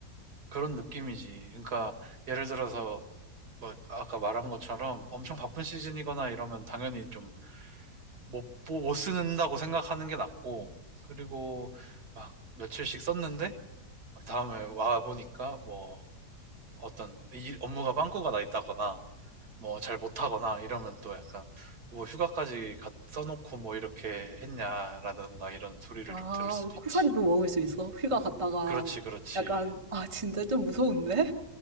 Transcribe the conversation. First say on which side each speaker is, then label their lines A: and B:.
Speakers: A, on the right (about 70°); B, on the right (about 20°).
A: 그런 느낌이지. 그러니까 예를 들어서, 뭐 아까 말한 것처럼 엄청 바쁜 시즌이거나 이러면 당연히 좀 못, 보- 못 쓰는다고 생각하는 게 낫고, 그리고 막 며칠씩 썼는데, 막 다음에 와 보니까 뭐 어떤 이 업무가 빵꾸가 나 있다거나, 뭐 잘 못하거나 이러면 또 약간 뭐 휴가까지 갖 써놓고 뭐 이렇게 했냐라든가 이런 소리를
B: 아,
A: 좀 들을 수도
B: 코사리도
A: 있지.
B: 먹을 수 있어. 휴가 갔다가.
A: 그렇지, 그렇지,
B: 약간, 아, 진짜 좀 무서운데?